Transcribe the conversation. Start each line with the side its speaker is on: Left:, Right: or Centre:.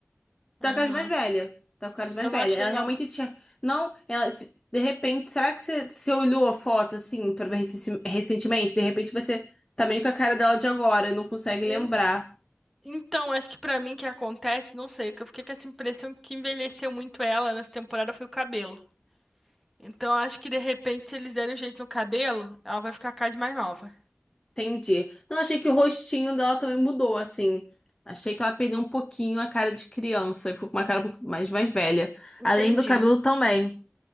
Left: Tá
Centre: aham.
Left: com as mais velha Tá com a caras mais
Centre: Eu
Left: velha.
Centre: não achei,
Left: Ela
Centre: não.
Left: realmente tinha. Não, ela. se- De repente, será que você, você olhou a foto assim pra ver recen- recentemente? De repente você tá meio com a cara dela de agora, não consegue
Centre: En-
Left: lembrar.
Centre: Então, acho que pra mim que acontece, não sei, que eu fiquei com essa impressão que envelheceu muito ela nessa temporada foi o cabelo. Então, acho que de repente, se eles derem um jeito no cabelo, ela vai ficar cada vez mais nova.
Left: Entendi. Não, achei que o rostinho dela também mudou, assim. Achei que ela perdeu um pouquinho a cara de criança e ficou com uma cara um pouco mais, mais velha.
Centre: Entendi.
Left: Além do cabelo também.